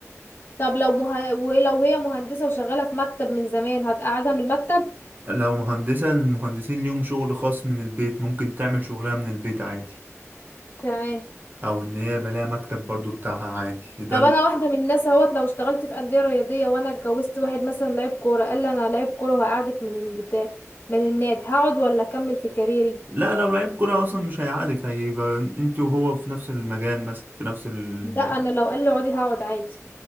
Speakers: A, on the left; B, on the right.
A: طب لو مه... ولو هي مهندسة وشغالة في مكتب من زمان هتقعدها من المكتب
B: لو مهندسة المهندسين ليهم شغل خاص من البيت ممكن تعمل شغلها من البيت عادي
A: تمام
B: او ان هي بلاقي مكتب برضو بتاعها عادي ده
A: طب انا واحده من الناس اهوت لو اشتغلت في انديه رياضيه وانا اتجوزت واحد مثلا لعيب كوره قال لي انا لعيب كوره وهقعدك من البتاع من النادي هقعد ولا اكمل في كاريري
B: لا لو لعيب كرة أصلا مش هيعادك هيبقى أنت وهو في نفس المجال مثلا في نفس ال
A: ده انا لو قال لي اقعدي هقعد عادي